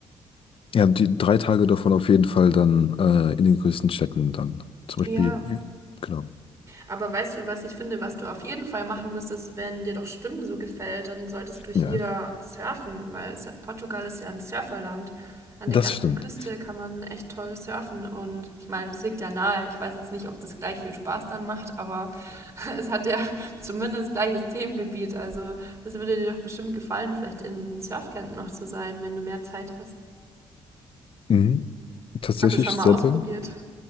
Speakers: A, on the left; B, on the right.
A: ja, die drei Tage davon auf jeden Fall dann äh, in den größten Städten dann. Zum
B: ja,
A: Beispiel, wie- genau.
B: Aber weißt du, was ich finde, was du auf jeden Fall machen müsstest, wenn dir doch Schwimmen so gefällt, dann solltest du hier
A: Ja,
B: surfen, weil Sur- Portugal ist ja ein Surferland. An
A: das
B: der ganzen
A: stimmt.
B: Küste kann man echt toll surfen und ich meine, es liegt ja nahe. Ich weiß jetzt nicht, ob das gleich viel Spaß dann macht, aber <laughs> es hat ja zumindest gleiches Themengebiet. Also das würde dir doch bestimmt gefallen, vielleicht im Surfcamp noch zu sein, wenn du mehr Zeit hast.
A: Mhm. Tatsächlich
B: Hast du schon mal
A: selber.
B: ausprobiert?